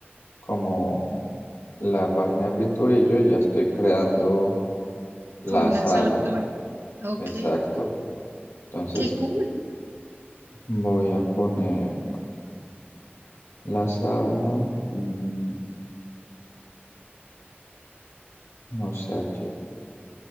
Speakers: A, on the left (about 85°); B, on the right (about 65°).
A: como la página de pintura y yo ya estoy creando la
B: como una
A: sala.
B: sala de juego. Ok,
A: Exacto. Entonces,
B: qué cool.
A: voy a poner la sala, mm, no sé aquí.